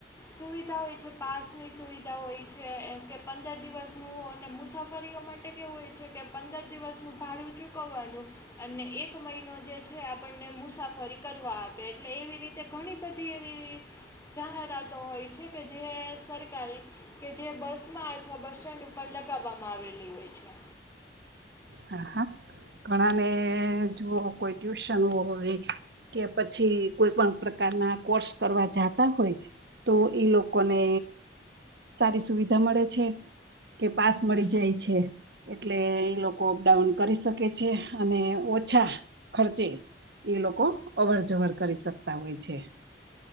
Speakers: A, on the left; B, on the right.
A: સુવિધા હોય છે પાસની સુવિધા હોય છે કે પંદર દિવસનું અને મુસાફરી તો માટે કેવું હોય છે કે પંદર દિવસનું ભાડું ચૂકવવાનું અને એક મહિનો જે છે અપ પણને મુસાફરી કરવા આપે એટલે એવી રીતે ઘણી બધી એવી જાહેરાતો હોય. કે જે સરકારી કે જે બસમાં અથવા બસ સ્ટેન્ડ ઉપર લગાવવામાં આવેલી હોય. છે.
B: હા હા. ઘણાને જુઓ કોઈ ટ્યુશન હોય કે પછી કોઈ પણ પ્રકાર ના કોર્સ કરવા જતા હોય તો ઈ લોકોને સારી સુવિધા મળે છે કે પાસ મળી જાય છે એટલે એ લોકો અપડાઉન કરી શકે છે અને ઓછા ખર્ચે એ લોકો અવર જવર કરી શકતા હોય છે.